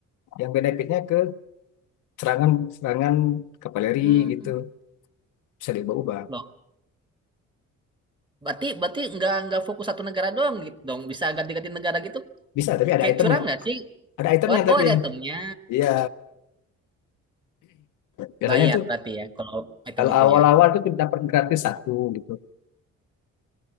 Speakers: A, on the left; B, on the right.
A: yang benefitnya ke serangan serangan kavaleri
B: Hmm.
A: gitu bisa diubah-ubah
B: Loh, berarti berarti nggak nggak fokus satu negara doang gitu dong. Bisa ganti-ganti negara gitu.
A: bisa tapi ada
B: Kayak
A: itemnya
B: curang nggak sih?
A: ada itemnya
B: what
A: tapi
B: oh, ada itemnya.
A: iya biasanya
B: Bayar
A: itu
B: berarti ya kalau item
A: kalau
B: gitu
A: awal-awal
B: ya.
A: itu kita dapat gratis satu gitu